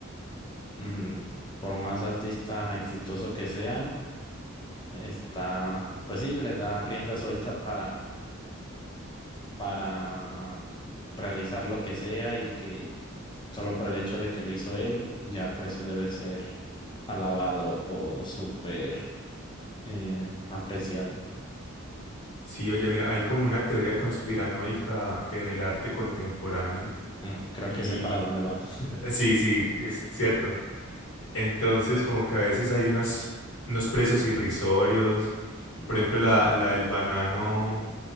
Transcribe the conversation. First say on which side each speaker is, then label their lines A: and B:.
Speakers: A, on the left; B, on the left.
A: mm, por más artista exitoso que sea, está, pues sí, le da rienda suelta para, para realizar lo que sea y que solo por el hecho de que lo hizo él, ya por eso debe ser alabado o súper eh, apreciado.
B: Sí, oye, mira, hay como una teoría conspiranoica en el arte contemporáneo
A: Mm, Creo
B: y
A: que sé para dónde va. <laughs>
B: eh, sí, sí, es cierto. Entonces, como que a veces hay unas, unos precios irrisorios y por ejemplo la, la del banano